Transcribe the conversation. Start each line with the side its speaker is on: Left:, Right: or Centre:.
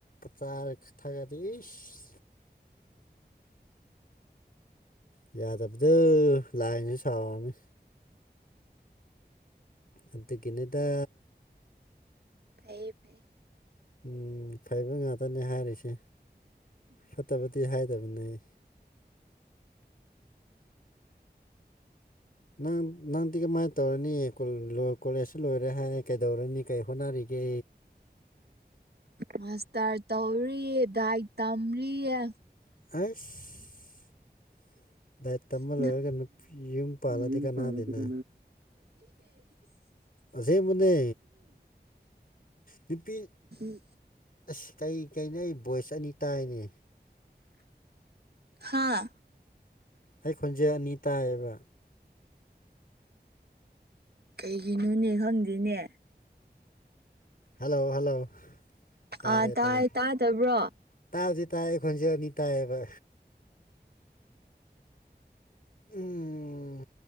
Left: ꯆꯥꯔ ꯊꯥꯒꯗꯤ ꯏꯁ ꯌꯥꯗꯕꯗ ꯂꯥꯏꯅꯦ ꯁꯥꯎꯅꯤ ꯑꯗꯨꯗꯒꯤꯅꯗ
Right: ꯐꯩꯌꯦ ꯐꯩ
Left: ꯎ ꯐꯩꯕ ꯉꯥꯛꯇꯅꯦ ꯍꯥꯏꯔꯤꯁꯦ ꯐꯠꯇꯕꯗꯤ ꯍꯥꯏꯗꯕꯅꯦ ꯑꯩ ꯅꯪ ꯅꯪꯗꯤ ꯀꯃꯥꯏꯅ ꯇꯧꯔꯅꯤ ꯀꯣꯂꯦꯖꯁꯨ ꯂꯣꯏꯔꯦ ꯍꯥꯏ ꯀꯩꯗꯧꯔꯅꯤ ꯀꯩ ꯍꯣꯠꯅꯔꯤꯒꯦ
Right: ꯃꯁꯇꯔ ꯇꯧꯔꯤ ꯗꯥꯏ ꯇꯝꯔꯤꯌꯦ
Left: ꯑꯁ ꯂꯥꯏꯔꯤꯛ ꯇꯝꯕ
Right: ꯇ
Left: ꯂꯣꯏꯔꯒ ꯅꯨꯄꯤ ꯌꯨꯝ ꯄꯥꯜꯂꯗꯤ
Right: ꯌꯦ
Left: ꯀꯅꯥꯗꯦꯅ
Right: ꯇ ꯀ
Left: ꯑꯁꯦꯡꯕꯅꯦ ꯅꯨꯄꯤ
Right: <unintelligible>
Left: ꯑꯁ ꯀꯩ ꯀꯩꯅ ꯑꯩ ꯚꯣꯏꯁ ꯑꯅꯤ ꯇꯥꯏꯅꯤ
Right: ꯍꯥꯥ
Left: ꯑꯩ ꯈꯣꯟꯖꯦꯜ ꯑꯅꯤ ꯇꯥꯏꯌꯦꯕ
Right: ꯀꯩꯒꯤꯅꯣꯅꯦ ꯈꯪꯗꯦꯅꯦ
Left: ꯍꯜꯂꯣ ꯍꯜꯂꯣ ꯇꯥꯔꯦ
Right: ꯑꯥ ꯇꯥꯏ
Left: ꯇꯥꯔꯦ
Right: ꯇꯥꯗꯕ꯭ꯔꯣ
Left: ꯇꯥꯕꯗꯤ ꯇꯥꯏꯑꯌꯦꯈꯣꯟꯁꯦ ꯑꯅꯤ ꯇꯥꯏꯑꯦꯕ ꯎꯝ